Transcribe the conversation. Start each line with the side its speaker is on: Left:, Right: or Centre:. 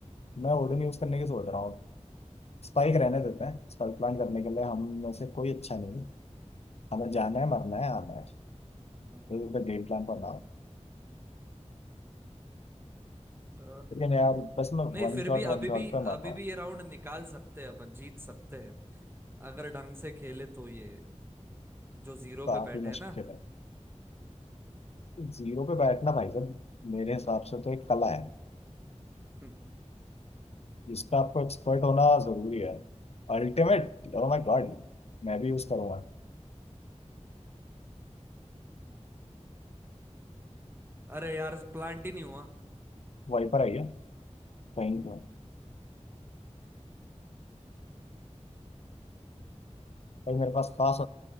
Left: मैं ओडन यूज करने की सोच रहा हूँ स्पाइक रहने
Right: अ,
Left: देते हैं स्पाइक प्लान करने के लिए हम में से कोई अच्छा नहीं है। हमें जाना है मरना है आना
Right: हम्म,
Left: है गेम प्लान पर
Right: अ,
Left: लेकिन यार बस मैं
Right: नहीं
Left: वन
Right: फिर
Left: शॉट
Right: भी अभी
Left: वन शॉट
Right: भी
Left: पे मर
Right: अभी
Left: रहा
Right: भी
Left: हूँ
Right: ये राउंड निकाल सकते हैं अपन जीत सकते हैं अगर ढंग से खेले तो ये जो जीरो
Left: काफी
Right: पे बैठे हैं
Left: मुश्किल
Right: ना
Left: है जीरो पे बैठना भाई साहब मेरे हिसाब से तो एक कला है
Right: <laughs>
Left: जिसका आपको एक्सपर्ट होना जरूरी है अल्टीमेट ओह माय गॉड मैं भी यूज करूंगा
Right: अरे यार प्लांट ही नहीं हुआ
Left: वहीं पर आइए कहीं पे भाई मेरे पास खास